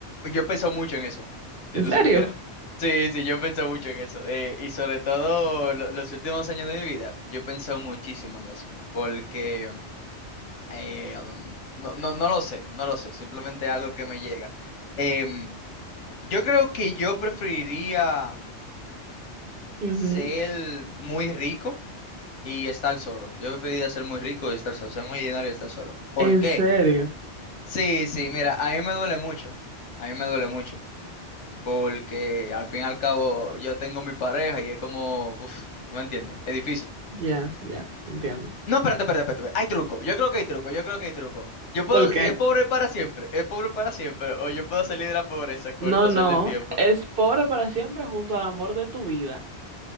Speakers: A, on the left (about 80°); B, on the right (about 55°).
A: Yo he pensado mucho en eso, si
B: ¿En
A: tú
B: serio?
A: supieras. Sí, sí, yo he pensado mucho en eso. eh, y sobre todo lo- los últimos años de mi vida, yo he pensado muchísimo en eso. Porque eh, um, no, no, no lo sé, no lo sé, simplemente algo que me llega. Em, yo creo que yo preferiría
B: Ujú.
A: ser muy rico y estar solo. Yo preferiría ser muy rico y estar solo, ser muy dinero y estar solo. ¿Por
B: ¿En
A: qué?
B: serio?
A: Sí, sí, mira, a mí me duele mucho. A mí me duele mucho. porque al fin y al cabo yo tengo mi pareja y es como, uff, no me entiendes, es difícil.
B: Ya, ya, entiendo.
A: No, espérate, espérate, espérate, espérate. hay truco, yo creo que hay truco, yo creo que hay truco. Yo
B: ¿Por
A: puedo,
B: qué?
A: es pobre para siempre, es pobre para siempre, o yo puedo salir de la pobreza con
B: No,
A: el pasar
B: no,
A: del tiempo.
B: es pobre para siempre junto al amor de tu vida.